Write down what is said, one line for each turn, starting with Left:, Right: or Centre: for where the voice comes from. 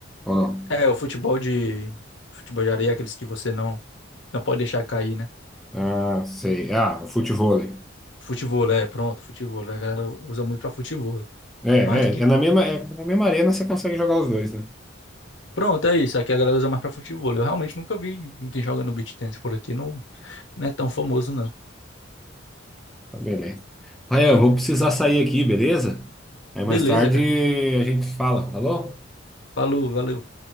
Centre: Ou não?
Left: É, o futebol de. Futebol de areia, aqueles que você não, não pode deixar cair, né?
Centre: Ah, sei. Ah, o futevôlei.
Left: Futebol, é, pronto, futebol. A galera usa muito pra futebol.
Centre: É,
Left: Mais do
Centre: é,
Left: que.
Centre: é na mesma, é na mesma arena você consegue jogar os dois, né?
Left: Pronto, é isso. Aqui a galera usa mais pra futebol. Eu realmente nunca vi ninguém jogando beach tennis por aqui. Não, não é tão famoso, não.
Centre: Tá, Beleza. Ryan, eu vou precisar sair aqui, beleza? Aí
Left: Beleza,
Centre: mais tarde
Left: cara.
Centre: a gente fala, falou?
Left: Falou, valeu.